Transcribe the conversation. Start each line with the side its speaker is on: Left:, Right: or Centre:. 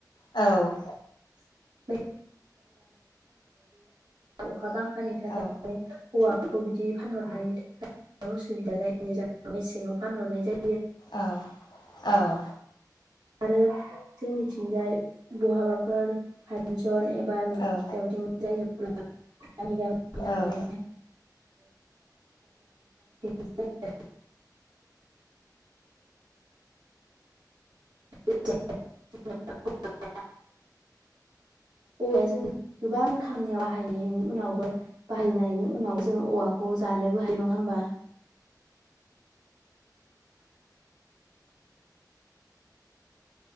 Left: औ
Right: <inaudible> अखा बांखानि थाखायनो
Left: औ
Right: औवा खौ बिदि फानहरनायनि <inaudible> उसुबिदा जाय नि जाहाव मेसेङाव फानहरनाय जाय
Left: आव आव
Right: रो जोंनिथिंजाय बहाबाफोर फानसन एब बा मेथिं
Left: औ
Right: दावथिं जायो <inaudible> गामि गामि
Left: औ
Right: <inaudible> <inaudible> <inaudible> औवाया जोंनि गोबां खामानियाव बाहायनायनि उनावबो बाहायनायनि उनाव जों औवाखौ जानोबो हायो। नङा होमबा?